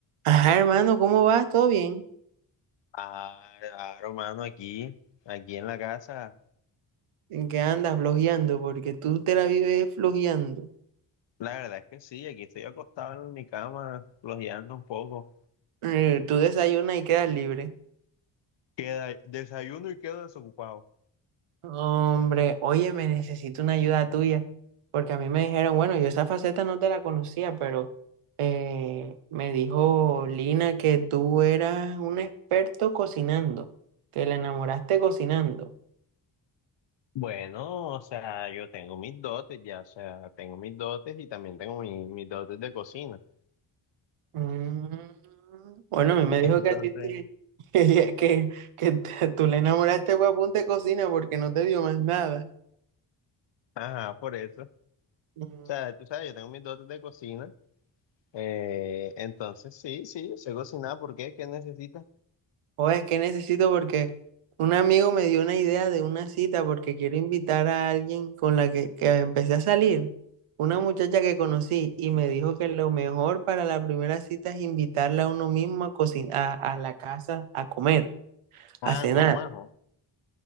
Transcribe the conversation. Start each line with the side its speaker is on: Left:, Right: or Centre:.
Right: Ajá, hermano, ¿cómo vas? ¿Todo bien?
Left: Ah, claro, mano, aquí, aquí en la casa.
Right: ¿En qué andas flojeando? Porque tú te la vives flojeando.
Left: La verdad es que sí, aquí estoy acostado en mi cama, flojeando un poco.
Right: Eh, tú desayunas y quedas libre.
Left: Queda, desayuno y quedo desocupado.
Right: Hombre, oye, me necesito una ayuda tuya. Porque a mí me dijeron, bueno, yo esa faceta no te la conocía, pero eh, me dijo Lina que tú eras un experto cocinando, que la enamoraste cocinando.
Left: Bueno, o sea, yo tengo mis dotes ya, o sea, tengo mis dotes y también tengo mi- mis dotes de cocina.
Right: Mm, Bueno, a mí me dijo
Left: Entonces,
Right: que a ti te- <laughs> que, que, que te- tú le enamoraste fue a punta de cocina porque no te dio más nada.
Left: ajá, por eso. O
Right: Mm,
Left: sea, tú sabes, yo tengo mis dotes de cocina. eh, entonces, sí, sí, yo sé cocinar. ¿Por qué? ¿Qué necesitas?
Right: O es que necesito porque un amigo me dio una idea de una cita porque quiero invitar a alguien con la que, que empecé a salir, una muchacha que conocí y me dijo que lo mejor para la primera cita es invitarla a uno mismo a cocinar, a a la casa a comer,
Left: Ah,
Right: a cenar.
Left: con majo.